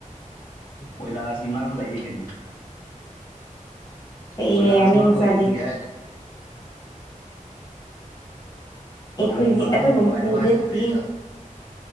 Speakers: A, on the left; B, on the left.
A: ꯀꯣꯏꯂꯥꯁꯒꯤ ꯃꯅꯥꯀ ꯂꯩꯥꯏꯌꯦ ꯀꯩꯅꯣ
B: ꯐꯩꯌꯦ
A: ꯀꯣꯏ ꯂꯥꯁꯅꯥꯇ
B: ꯃꯤ ꯃꯆꯥꯗꯤ
A: ꯂꯩꯒ
B: ꯑꯩꯈꯣꯏꯗꯤ
A: ꯅꯣꯡꯇꯥꯕꯥꯕꯨ
B: ꯑꯗꯨꯒꯨꯝꯕ
A: ꯅꯨꯡꯉꯥꯏꯇꯥꯕ
B: ꯍꯟꯖꯗꯦ
A: ꯍꯥꯏꯕꯥꯁꯤ ꯀꯁꯤ꯭ꯔꯥ